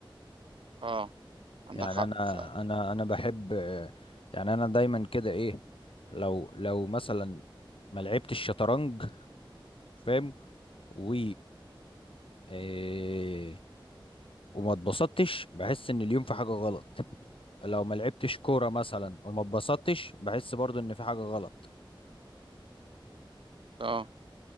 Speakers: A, on the right (about 75°); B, on the left (about 85°).
A: اه عندك
B: يعني
A: حق
B: انا
A: فعلا
B: انا انا بحب يعني انا دايما كده ايه لو لو مثلا ما لعبتش الشطرنج فاهم و إيه وما اتبسطتش بحس ان اليوم في حاجة غلط لو ما لعبتش كورة مثلا وما اتبسطتش بحس برضو ان في حاجة غلط
A: اه